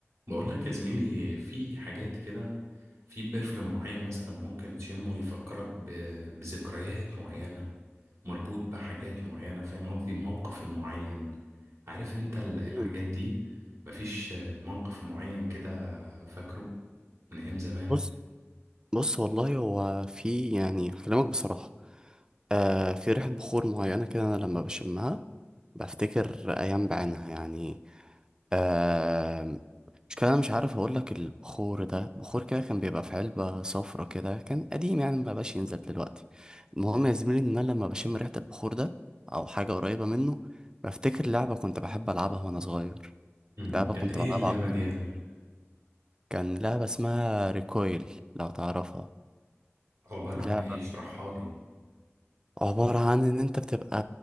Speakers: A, on the right (about 75°); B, on the right (about 15°).
A: بقول لك يا زميلي في حاجات كده في برفيوم معين مثلا ممكن تشمه يفكرك ب... بذكريات معينة مربوط بحاجات معينة فاهم قصدي موقف معين عارف انت ال- الحاجات
B: مم.
A: دي مفيش موقف معين كده فاكره من ايام زمان
B: بص بص والله هو في يعني هكلمك بصراحة آه في ريحة بخور معينة كده أنا لما بشمها بفتكر أيام بعينها يعني آه مش كده أنا مش عارف أقولك البخور ده بخور كده كان بيبقى في علبة صفرة كده كان قديم يعني مبقاش ينزل دلوقتي المهم يا زميلي إن أنا لما بشم ريحة البخور ده أو حاجة قريبة منه بفتكر لعبة كنت بحب ألعبها وأنا صغير
A: مهم.
B: لعبة
A: كانت
B: كنت
A: ايه
B: بلعبها
A: اللعبة
B: على الكمبيوتر
A: دي يا زميلي
B: كان لعبة اسمها ريكويل لو تعرفها
A: عبارة
B: اللعبة
A: عن ايه اشرحها لي
B: عبارة عن إن أنت بتبقى